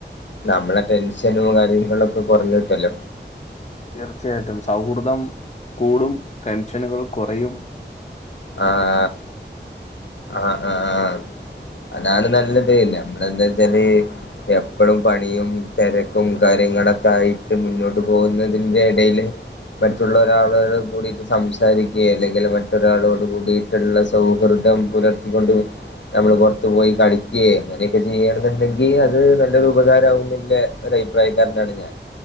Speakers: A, on the left; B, on the left.
A: നമ്മളെ ടെൻഷനും കാര്യങ്ങളൊക്കെ കൊറഞ്ഞുകിട്ടുവല്ലോ
B: തീർച്ചയായിട്ടും സൗഹൃദം കൂടും ടെൻഷനുകൾ കൊറയും.
A: ആഹ് ആഹ് അതാണ് നല്ലത് പിന്നെ ഇവടെ എന്താ വെച്ചാല് എപ്പളും പണിയും തെരക്കും കാര്യങ്ങളൊക്കെ ആയിട്ട് മുന്നോട്ട് പോകുന്നതിന്റെ എടയില് മറ്റുള്ള ഒരാളോട് കൂടിട്ട് സംസാരിക്കുക അല്ലെങ്കിൽ മറ്റൊരാളോടി കൂടിട്ടുള്ള സൗഹൃദം പുലർത്തിക്കൊണ്ട് നമ്മള് പുറത്തു പോയി കളിക്കുയെ അങ്ങനെയൊക്കെ ചെയ്യണ എന്നുണ്ടെങ്കിൽ അത് നല്ലൊരു ഉപകാരമാവുന്നില്ലേ ഒരഭിപ്രായക്കാരനാണ് ഞാൻ